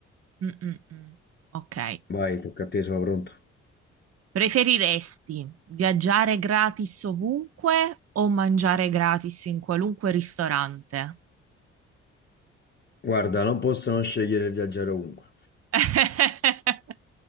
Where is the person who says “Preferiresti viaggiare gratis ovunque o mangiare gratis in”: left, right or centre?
Right